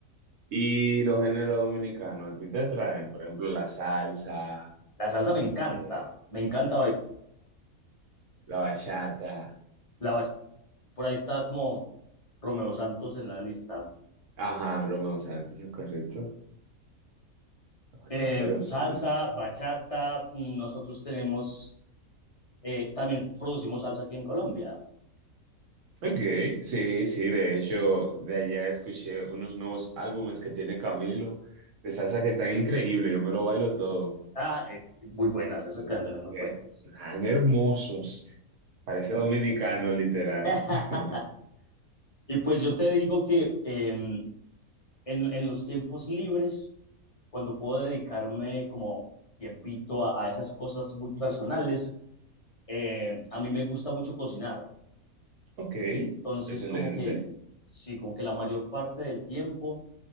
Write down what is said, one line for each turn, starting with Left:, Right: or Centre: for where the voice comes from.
Right: Y los géneros dominicanos, ¿a ti te atraen? Por ejemplo, la salsa,
Left: La salsa me encanta,
Right: eh,
Left: me encanta bailar.
Right: la bachata.
Left: La bachata, por ahí está como Romeo Santos en la lista.
Right: Ajá, Romeo Santos, ¿es correcto? Bueno,
Left: Eh,
Right: pero
Left: salsa,
Right: sí.
Left: bachata, nosotros tenemos, eh, también producimos salsa aquí en Colombia.
Right: Ok, sí, sí, de hecho, de allá escuché unos nuevos álbumes que tiene Camilo, de salsa que están increíbles, yo me lo bailo todo.
Left: Ah, eh, muy buenas, esas
Right: Son-
Left: canciones muy
Right: eh,
Left: buenas.
Right: Tan hermosos, parece dominicano, literal.
Left: <laughs>
Right: <laughs>
Left: y pues yo te digo que eh, en, en los tiempos libres, cuando puedo dedicarme como tiempito a, a esas cosas muy personales, eh, a mí me gusta mucho cocinar.
Right: Ok,
Left: Entonces,
Right: excelente.
Left: como que, sí, como que la mayor parte del tiempo